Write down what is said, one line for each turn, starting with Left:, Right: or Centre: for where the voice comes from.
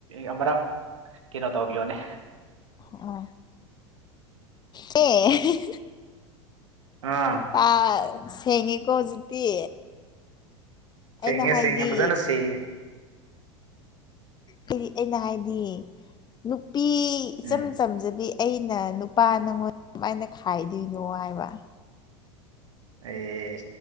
Right: ꯑꯃꯔꯛ ꯀꯩꯅꯣ ꯇꯧꯕꯤꯌꯣꯅꯦ
Left: ꯑ ꯑꯦ
Right: ꯑꯥ
Left: ꯄ ꯁꯦꯡꯉꯦꯀꯣ ꯍꯧꯖꯤꯛꯇꯤ ꯑꯩꯅ
Right: ꯁꯤꯉ
Left: ꯍꯥꯏꯗꯤ
Right: ꯁꯤꯉ ꯐꯖꯅ ꯁꯤꯉ
Left: ꯍꯥꯏꯗꯤ ꯑꯩꯅ ꯍꯥꯏꯗꯤ ꯅꯨꯄꯤ ꯏꯆꯝ
Right: ꯎꯝ
Left: ꯆꯝꯖꯕꯤ ꯑꯩꯅ ꯅꯨꯄꯥ ꯅꯪꯉꯣꯟꯗ ꯀꯃꯥꯏꯅ ꯈꯥꯏꯗꯣꯏꯅꯣ ꯍꯥꯏꯕ
Right: ꯑꯦ